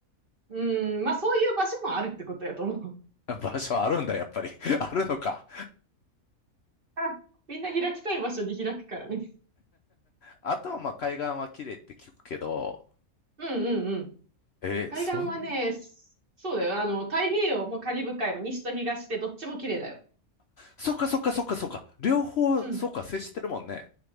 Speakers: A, on the right; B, on the left.
A: うん、まあ、そういう場所もあるってことやと思う。
B: 場所あるんだ、やっぱり。<laughs> あるのか。
A: <laughs> みんな開きたい場所に開くからね。
B: あとはまあ海岸は綺麗って聞くけど、
A: うんうんうん。
B: えーそん、
A: 海岸はね、s- そうだよ。あの、太平洋もカリブ海も西と東でどっちも綺麗だよ。
B: そっかそっかそっかそっか。両方、
A: うん。
B: そっか、接してるもんね。